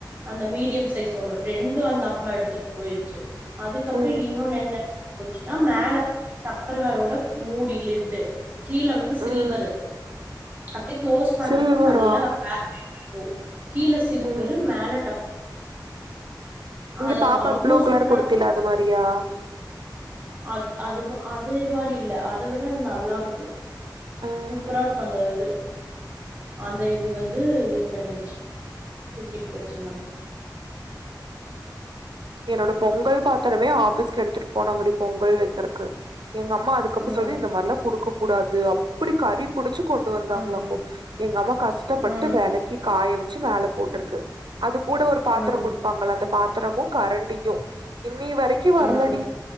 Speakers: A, on the right; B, on the right.
A: அந்த மீடியம் சைஸ் ஒண்ணு ரெண்டு அந்த அம்மா எடுத்துட் போயிர்ச்சு அதுக்கப்றோ
B: ம்
A: இன்னொன்னு என்ன போச்சுன்னா மேல அப்பறவரோட மூடி லிட்டு கீழ வந்து சில்வரு
B: ம்
A: அப்டியே க்ளோஸ் பண்ணா
B: சில்வரா
A: நல்லா <inaudible> கீழ சில்வரு
B: ம்
A: மேல <inaudible>
B: இங்க
A: அது
B: பாப்பாக்கு
A: அவ்ளோ
B: ப்ளூ கலர்
A: சூப்பரா
B: குடுத்தில
A: இருக்கும்
B: அது மாரியா
A: அது அது அது மாரி இல்ல அத விட நல்லா இருக்கு
B: ம்
A: சூப்ரா இருக்கு அந்த இது அந்த இது வந்து பண்ணிட்ச்சு தூக்கிட் போயிச்சு அந்த அம்மா
B: என்னோட பொங்கல் பாத்தரமே ஆபிஃஸ்க்கு எடுத்துட் போனாங்கடி பொங்கல் வைக்கிறக்கு எங்க அம்மா அதுக் கு அப்ப
A: ம்
B: சொல்லி இந்த மார்லா குடுக்க கூடாது அப்டி கறி புடிச்சு கொண்டு வந்தாங்ளாக்கோ
A: ம்
B: எங்க அம்மா கஷ்டப்பட்டு
A: ம்
B: வெலக்கி காய வச்சு மேல போட்ருக்கு அது கூட ஒரு பாத்தர
A: ம்
B: குடுப்பாங்கள அந்த பாத்தரமு கரண்டியு இன்னி வரைக்கு வரலடி
A: ம்